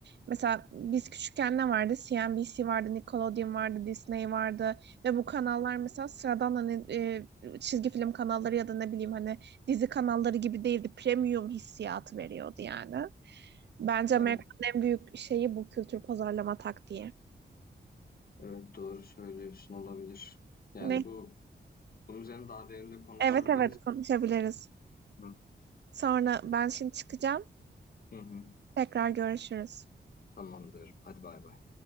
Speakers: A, on the right; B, on the left.
A: mesela biz küçükken ne vardı? CNBC vardı, Nickelodeon vardı, Disney vardı ve bu kanallar mesela sıradan hani e, çizgi film kanalları ya da ne bileyim hani dizi kanalları gibi değildi. Premium hissiyatı veriyordu yani. Bence Amerika'nın
B: Evet,
A: en büyük şeyi bu kültür pazarlama taktiği.
B: evet doğru söylüyorsun olabilir. Yani
A: Ne?
B: bu Bunun üzerine daha derinde konuşabiliriz.
A: Evet evet konuşabiliriz.
B: Hı.
A: Sonra ben şimdi çıkacağım.
B: Hı
A: Tekrar görüşürüz.
B: Tamamdır. Hadi bay bay.